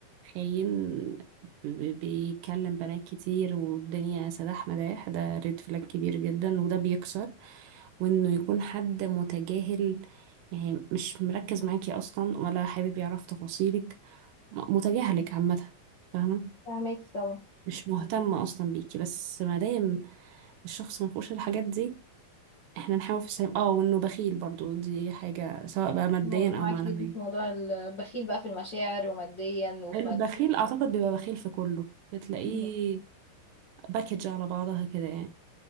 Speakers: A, on the right (about 80°); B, on the left (about 55°).
A: خاين ب- ب- بيكلم بنات كتير والدنيا سداح مداح ده ريد فلاج كبير جدا وده بيكسر وانه يكون حد متجاهل يعني مش مركز معاكي اصلا ولا حابب يعرف تفاصيلك م- متجاهلك عامة فاهمة
B: فاهمك طبعا
A: مش مهتم اصلا بيكي بس ما دام الشخص ما فيهوش الحاجات دي احنا نحاول في السلام اه وانه بخيل برضو دي حاجة سواء بقى ماديا
B: هو انا معاكي
A: او معنويا
B: جدا في موضوع البخيل بقى في المشاعر وماديا وفي
A: البخيل
B: ماديا
A: اعتقد بيبقى بخيل في كله بتلاقيه
B: مم.
A: باكج على بعضها كده يعني